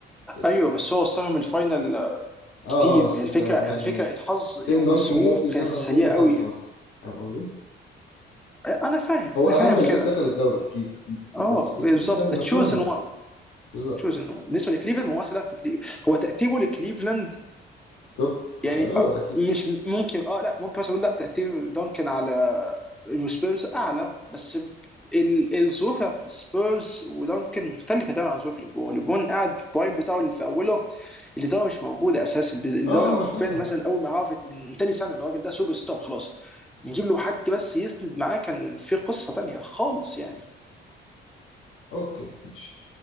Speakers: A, on the left; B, in the centre.
A: يس
B: ايوه بس هو وصلهم الفاينل آه،
A: اه
B: كتير
A: اه بس
B: يعني الفكره
A: آه،
B: يعني
A: يعني
B: الفكره الحظ
A: تيم
B: والظروف
A: دانكن جاب لسان
B: كانت
A: انطونيو
B: سيئه قوي
A: خمسة مثلا فاهم قصدي؟
B: آه، انا فاهم
A: هو
B: انا
A: اهم
B: فاهم
A: لعيب
B: كده
A: دخل الدوري اكيد اكيد اكيد
B: اه
A: بس كليفلاند
B: بالظبط
A: نفسهم
B: ذا تشوزن
A: لا
B: 1
A: بالظبط
B: تشوزن 1 بالنسبه لكليفلاند هو احسن لاعب في كليفلاند هو تاثيره لكليفلاند
A: طب
B: يعني
A: الاول
B: آه،
A: اكيد
B: مش ممكن اه لا ممكن مثلا اقول لا تاثير دانكن على السبيرز اعلى بس ال- الظروف بتاعت السبيرز ودانكن مختلفه تماما عن ظروف ليبرون ليبرون قاعد البرايم بتاعه اللي في اوله اللي ده مش موجود اساسا اللي
A: اه
B: ده
A: اه
B: لو
A: ما انا
B: حرفيا
A: فاهم
B: مثلا
A: انا فاهم.
B: اول ما عرفت من تاني سنه الراجل ده سوبر ستار خلاص نجيب له حد بس يسند معاه كان في قصه تانيه خالص يعني
A: اوكي ماشي